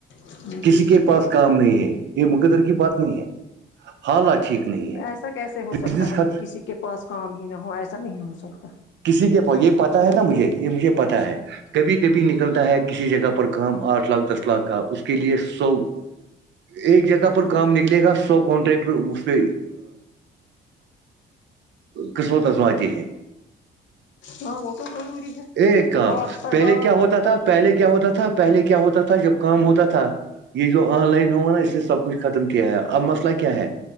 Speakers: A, on the left (about 70°); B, on the right (about 65°).
A: ہے جی
B: کسی کے پاس کام نہیں ہے یہ مقدر کی بات نہیں ہے حالات ٹھیک نہیں ہے
A: ایسا کیسے ہو سکتا
B: بزنس
A: ہے
B: خط
A: کہ کسی کے پاس کام ہی نہ ہو ایسا نہیں ہو سکتا
B: کسی کے یہ پتا ہے نا مجھے یہ مجھے پتا ہے کبھی کبھی نکلتا ہے کسی جگہ پر کام آٹھ لاکھ دس لاکھ کا اس کے لیے سو ایک جگہ پر کام نکلے گا سو کنٹریکٹر اس پہ قسمت ازماتی ہیں
A: ہاں وہ تو زروری ہے
B: ایک کام
A: ہاتھ پر
B: پہلے
A: ہاتھ
B: کیا ہوتا تھا پہلے کیا ہوتا تھا پہلے کیا ہوتا تھا جب کام ہوتا تھا یہ جو آن لائن ہوا نا اسے سب کچھ ختم کیا ہے اب مسئلہ کیا ہے